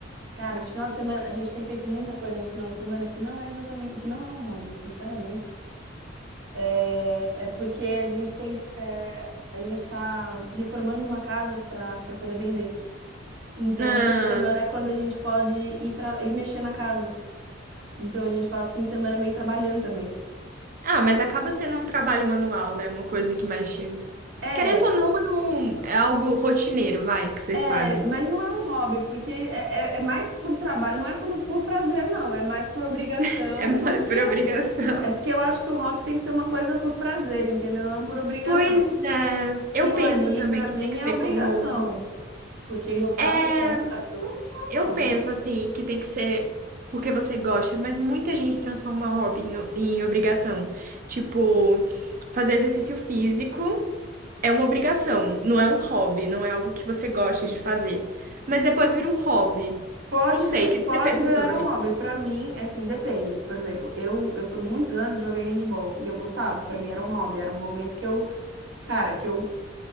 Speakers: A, on the right; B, on the right.
A: Cara, esse final de semana, a gente tem feito muita coisa no final de semana que não é exatamente, que não é um hobby, sinceramente. É, é porque a gente tem, é, a gente está reformando uma casa para para poder vender. Então,
B: Ah,
A: no fim de semana é quando a gente pode ir, tra- ir mexer na casa. Então a gente passa o fim de semana meio trabalhando também.
B: ah, mas acaba sendo um trabalho manual, né? Uma coisa que mexe.
A: É,
B: Querendo ou não, é, um- é algo rotineiro, vai, que vocês
A: é,
B: fazem.
A: mas não é um hobby, porque é, é- é mais por trabalho, não é por, por prazer, não, é mais por obrigação
B: <laughs> É mais
A: do que.
B: por obrigação.
A: É porque eu acho que o hobby tem que ser uma coisa por prazer, entendeu? Não por obrigação.
B: Pois é, eu
A: Aquilo
B: penso
A: ali,
B: também
A: pra
B: que
A: mim,
B: tem que
A: é
B: ser
A: obrigação.
B: como.
A: Porque gostar,
B: É,
A: gostar, eu não quero, não gosto,
B: eu
A: não.
B: penso assim, que tem que ser porque você gosta, mas muita gente transforma hobby em, em obrigação. Tipo, fazer exercício físico é uma obrigação, não é um hobby, não é algo que você gosta de fazer. Mas depois vira um hobby.
A: Pode
B: Não sei,
A: vir,
B: o que que
A: pode
B: você pensa
A: virar
B: sobre?
A: um hobby. Pra mim, é assim, depende. Por exemplo, eu, eu por muitos anos joguei handball e eu gostava. Pra mim era um hobby, era um momento que eu, cara, que eu